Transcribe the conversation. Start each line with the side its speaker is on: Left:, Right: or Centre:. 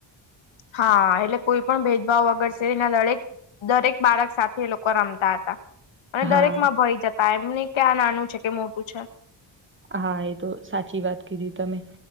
Left: હા એટલે કોઈ પણ ભેદભાવ વગર શેરી ના લડેક દરેક બાળક સાથે એ લોકો રમતાં હતાં. અને
Right: હા
Left: દરેક માં ભળી જતાં એમન‌ઇ કેઆ નાનું છે કે મોટું છે.
Right: હા એ તો સાચી વાત કીધી તમે.